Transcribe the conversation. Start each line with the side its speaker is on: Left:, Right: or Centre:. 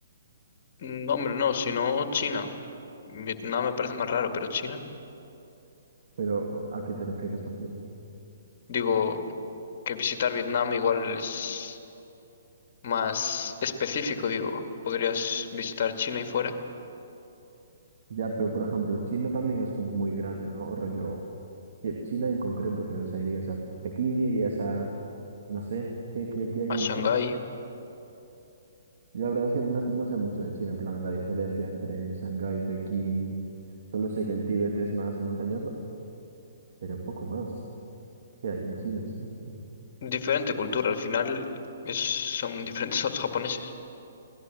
Left: No, hombre, no, sino China. Vietnam me parece más raro, pero China.
Right: pero ¿a qué te refieres con Chile?
Left: Digo, que visitar Vietnam igual es más específico, digo. Podrías visitar China y fuera,
Right: Ya, pero por ejemplo, China también es como muy grande, ¿no? O Rollo, que China en concreto, que, o sea, irías a Pekín, irías a, no sé, ¿qué, qué, qué hay
Left: a
Right: en
Left: Shanghái.
Right: China? Yo la verdad es que no, no sé mucho de China, en plan, la diferencia entre Shanghái, Pekín, solo sé que el Tíbet es más montañoso, pero poco más. ¿Qué hay en China? Sí. No.
Left: Diferente cultura, al final es- son <laughs> diferentes a los japoneses.